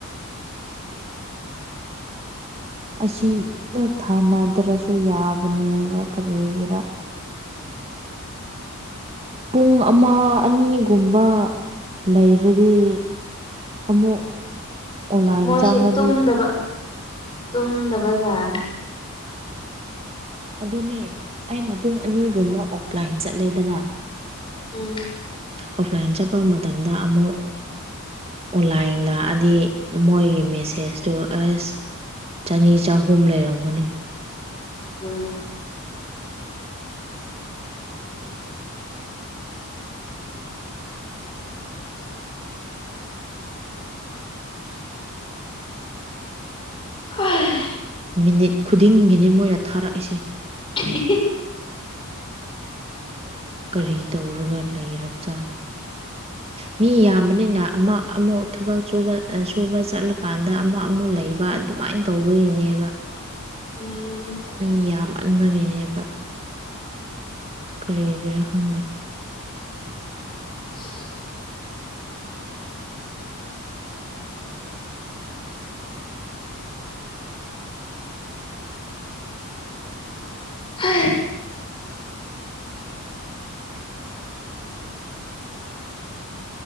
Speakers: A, on the right; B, on the left.
A: ꯑꯁꯤꯗ ꯊꯥꯅꯗ꯭ꯔꯁꯨ ꯌꯥꯕꯅꯦꯕ ꯀꯔꯤꯒꯤꯔꯥ ꯄꯨꯡ ꯑꯃ ꯑꯅꯤꯒꯨꯝꯕ ꯂꯩꯔꯗꯤ ꯑꯃꯨꯛ ꯑꯣꯟꯂꯥꯏꯟ
B: ꯃꯣꯏꯁꯦ
A: ꯆꯪꯉꯗꯤ
B: ꯇꯨꯝꯗꯕ ꯇꯨꯝꯗꯕꯖꯥꯠꯅꯤ
A: ꯑꯗꯨꯅꯦ ꯑꯩꯅ ꯄꯨꯡ ꯑꯅꯤꯒꯨꯝꯕ ꯑꯣꯞꯂꯥꯏꯟ ꯆꯠꯂꯦꯗꯅ
B: ꯎꯝ
A: ꯑꯣꯐꯂꯥꯏꯟ ꯆꯠꯄ ꯃꯇꯝꯗ ꯑꯃꯨꯛ ꯑꯣꯟꯂꯥꯏꯟ ꯂꯥꯛꯑꯗꯤ ꯃꯣꯏꯒꯤ ꯃꯦꯁꯦꯖꯇꯨ ꯑꯁ ꯆꯅꯤ ꯆꯍꯨꯝ ꯂꯩꯔꯝꯒꯅꯤ
B: ꯎꯝ ꯍꯣꯏ
A: ꯃꯤꯅꯤꯠ ꯈꯨꯗꯤꯡꯒꯤꯅꯤ ꯃꯣꯏꯅ ꯊꯥꯔꯛꯏꯁꯦ
B: ꯑꯍꯤ <inaudible>
A: ꯀꯔꯤ ꯇꯧꯔꯒ ꯂꯩꯔꯕꯖꯥꯠꯅꯣ ꯃꯤ ꯌꯥꯝꯕꯅꯤꯅ ꯑꯃꯨꯛ ꯑꯃꯨꯛ ꯊꯕꯛ ꯁꯨꯕ ꯁꯨꯕ ꯆꯠꯂꯀꯥꯟꯗ ꯑꯃꯛ ꯑꯃꯨꯛ ꯂꯩꯕ ꯑꯗꯨꯃꯥꯏꯅ ꯇꯧꯕꯒꯤꯅꯦꯕ
B: ꯑ
A: ꯃꯤ ꯌꯥꯝꯃꯟꯕꯒꯤꯅꯦꯕ ꯀꯔꯤꯒꯤꯔ ꯈꯪꯗꯦ
B: ꯎ ꯍ